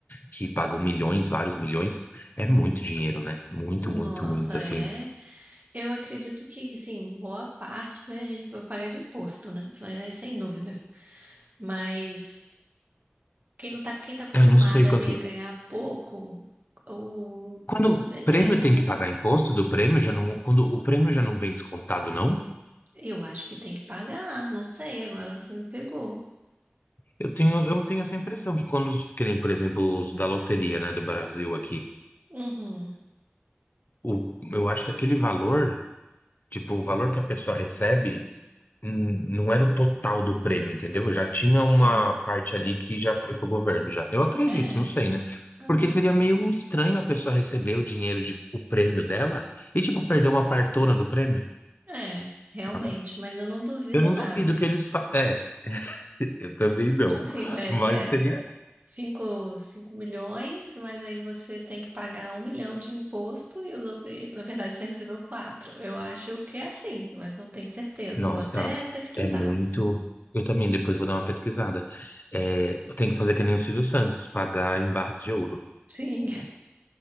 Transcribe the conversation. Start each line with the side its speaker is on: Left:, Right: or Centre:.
Left: que pagam milhões, vários milhões, é muito dinheiro, né? Muito,
Right: Nossa,
Left: muito, muito, assim.
Right: é. Eu acredito que, assim, boa parte, né, a gente vai pagar de imposto, né? Isso aí, né, sem dúvida. Mas quem não tá, quem tá acostumada
Left: Eu não sei
Right: ali
Left: quanto.
Right: a ganhar pouco, ou,
Left: Quando o
Right: né,
Left: prêmio
Right: né, né,
Left: tem que pagar imposto do prêmio, já não, quando o prêmio já não vem descontado, não?
Right: eu acho que tem que pagar, não sei, agora você me pegou.
Left: Eu tenho, eu tenho essa impressão que quando, os- que nem, por exemplo, os da loteria, né, do Brasil aqui,
Right: Uhum,
Left: o, eu acho que aquele valor, tipo, o valor que a pessoa recebe hum, não era o total do prêmio, entendeu? Já tinha
Right: sim,
Left: uma parte ali que já foi pro governo já. Eu acredito,
Right: é,
Left: não sei, né?
Right: é,
Left: Porque seria meio estranho a pessoa receber o dinheiro de o prêmio dela e tipo perder uma partona do prêmio.
Right: é, realmente,
Left: Né?
Right: mas eu não duvido
Left: Eu não
Right: nada.
Left: duvido que eles fa... É, <laughs> eu também não.
Right: Tipo assim, é,
Left: Mas seria.
Right: é 5 5 milhões, mas aí você tem que pagar um milhão de imposto e os outros, e, na verdade, você recebeu quatro. Eu acho que é assim, mas não tenho certeza.
Left: Nossa,
Right: Eu vou até pesquisar.
Left: é muito. Eu também depois vou dar uma pesquisada. É, eu tenho que fazer que nem o Silvio Santos, pagar em barras de ouro,
Right: Sim.